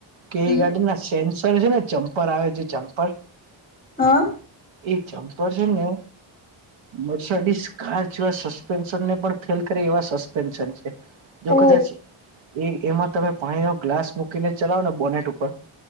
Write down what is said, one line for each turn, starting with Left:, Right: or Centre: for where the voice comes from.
Right: કે
Left: હમ
Right: એ ગાડી ના સેન્સર છે ને જમ્પર આવે છે જમ્પર
Left: હા
Right: એ ચમપર છે ને મર્સાડી કાર જેવા ફેલ કરી એવા સસ્પેન્શન છે જો
Left: ઓ
Right: કદાચ એ એમાં તમે પાણી નો ગ્લાસ મૂકીને ચલાવો ને બોનેટ ઉપર